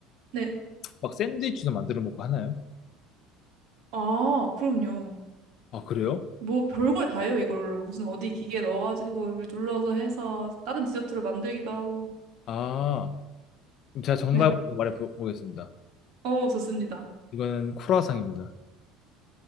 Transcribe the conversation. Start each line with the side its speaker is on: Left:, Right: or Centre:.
Right: 네.
Left: 막 샌드위치도 만들어 먹고 하나요?
Right: 아, 그럼요.
Left: 아, 그래요?
Right: 뭐 별걸 다 해요, 이걸로. 무슨 어디 기계 넣어가지고 이걸 눌러서 해서 다른 디저트를 만들기도 하고.
Left: 아, 그럼 제가 정답을
Right: 네.
Left: 말해보겠습니다.
Right: 어, 좋습니다.
Left: 이거는 크루아상입니다.